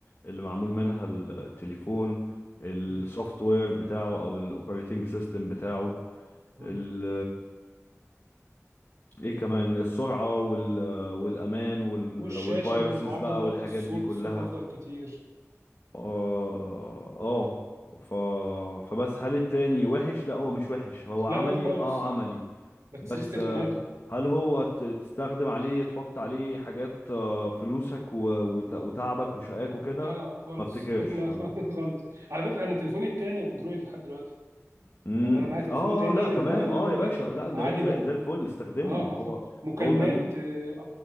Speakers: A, on the left; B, on the right.
A: اللي معمول منها التليفون السوفت
B: مم.
A: وير بتاعه او الاوبريتنج سيستم بتاعه
B: مم.
A: ال... ايه كمان السرعة وال... والامان وال...
B: والشاشه
A: والفيروسز
B: والمعدل
A: بقى
B: برضه
A: والحاجات
B: الصوت
A: دي كلها
B: صوت افضل كتير
A: اه اه ف... فبس هل التاني وحش لا هو مش وحش هو عملي
B: لا لا خالص
A: اه عملي
B: بس
A: بس
B: ليه استخداماته
A: آه، هل هو ت- تستخدم عليه تحط عليه حاجات آه، فلوسك و- وت- وتعبك وشقاك وكده
B: لا لا خالص
A: ما افتكرش
B: <laughs> لا
A: اه
B: خالص على فكره انا تليفوني التاني اندرويد لحد دلوقتي
A: امم
B: يعني انا معايا تليفون
A: اه
B: تاني
A: لا تمام
B: ده اللي
A: اه
B: هو
A: يا باشا
B: ايه
A: لا اندرويد
B: عادي
A: زي
B: بقى
A: زي الفل استخدمه
B: اه
A: ما هو
B: آه، آه، مكالمات
A: هو جميل
B: اه